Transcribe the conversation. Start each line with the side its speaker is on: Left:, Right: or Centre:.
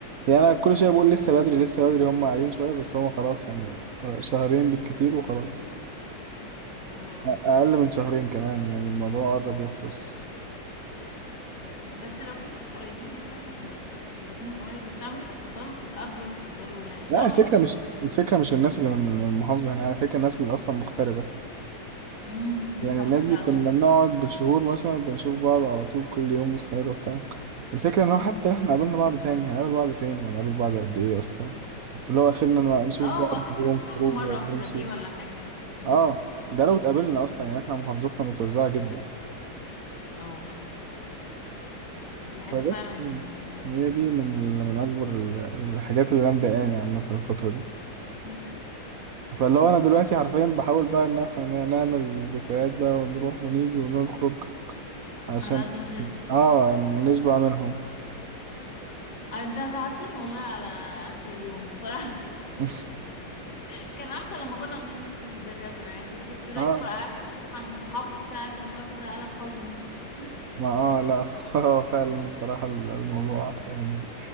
Right: يعني أنا كل شوية بقول لسه بدري لسه بدري هم قاعدين شوية بس هم خلاص يعني شهرين بالكتير وخلاص
Left: اه
Right: اقل
Left: يعني
Right: من شهرين كمان يعني الموضوع قرب يخلص
Left: بس لو في ناس قريبين منك وفي نف... ساكنين قريب وبتاع ممكن تفضلوا بتتقابلوا وبتفضلوا يعني
Right: لا
Left: طبعا
Right: الفكره
Left: مش هيبقى
Right: مش
Left: زي
Right: الفكره مش الناس اللي من المحافظه هنا الفكره الناس اللي اصلا مغتربه
Left: امم
Right: يعني
Left: صح
Right: الناس
Left: لا
Right: دي كنا
Left: دول
Right: بنقعد بالشهور مثلا بنشوف بعض على طول كل يوم مستمر وبتاع الفكره ان هو
Left: بقى
Right: حتى احنا قابلنا بعض تاني هنقابل بعض فين وهنقابل بعض قد ايه اصلا اللي هو اخرنا ن- نشوف
Left: اه
Right: بعض
Left: واخركم
Right: يوم
Left: تخرجوا
Right: خروج
Left: مرة
Right: ولا
Left: في كافيه
Right: نمشي
Left: ولا حاجة مم.
Right: اه ده لو اتقابلنا اصلا يعني احنا محافظتنا متوزعه جدا
Left: اه دي
Right: فبس
Left: حاجة فعلا يعني مش
Right: هي
Left: حلوة
Right: دي من ال- من اكبر ال- الحاجات اللي انا مضايقاني عامه الفتره دي
Left: مم.
Right: فاللي هو انا دلوقتي حرفيا بحاول بقى ان احنا نعمل ذكريات بقى ونروح ونيجي ونخرج علشان
Left: على قد ما تقدر
Right: اه نشبع منهم
Left: آه، انت زعلتني والله على اخر اليوم بصراحة
Right: <laughs>
Left: <laughs> كان احسن لما كنا عمالين نشتم في الدكاترة يعني انت كنت دلوقتي
Right: اه
Left: فقعدت عن الصحاب وبتاع الموضوع كده قلب حزن <laughs>
Right: ما اه لا <laughs> اه فعلا بصراحة الموضوع يعني